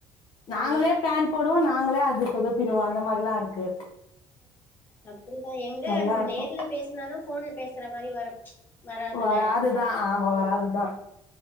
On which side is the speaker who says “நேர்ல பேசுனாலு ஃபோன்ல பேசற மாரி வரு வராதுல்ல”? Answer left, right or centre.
Left